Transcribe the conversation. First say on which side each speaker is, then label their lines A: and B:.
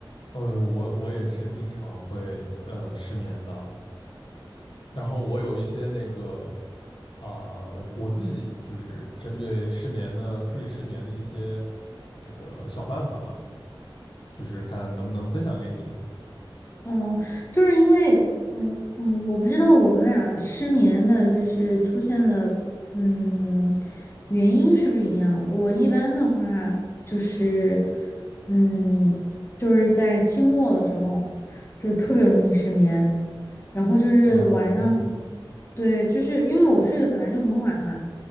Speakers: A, on the left (about 65°); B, on the left (about 30°).
A: 呃，我我也是经常会呃失眠的，然后我有一些那个啊、我自己就是针对失眠的处理失眠的一些这个小办法啊，就是看能不能分享给你
B: 嗯，就是因为，嗯嗯，我不知道我们俩失眠的，就是出现的，嗯，原因是不是一样的？我一般的话就是，嗯，就是在期末的时候，就是特别容易失眠。然后就是晚上，
A: 啊、
B: 对，就是因为我睡得本来就很晚嘛，